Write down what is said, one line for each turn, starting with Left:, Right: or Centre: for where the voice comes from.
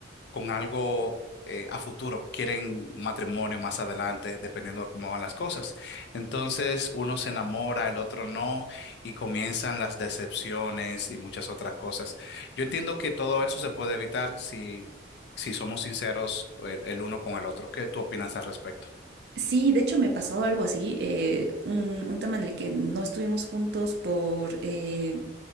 Left: con algo eh, a futuro, quieren matrimonio más adelante, dependiendo de cómo van las cosas. Entonces, uno se enamora, el otro no, y comienzan las decepciones y muchas otras cosas. Yo entiendo que todo eso se puede evitar si, si somos sinceros el, el uno con el otro. ¿Qué tú opinas al respecto?
Right: Sí, de hecho me pasó algo así, eh, un, un tema en el que no estuvimos juntos por... eh,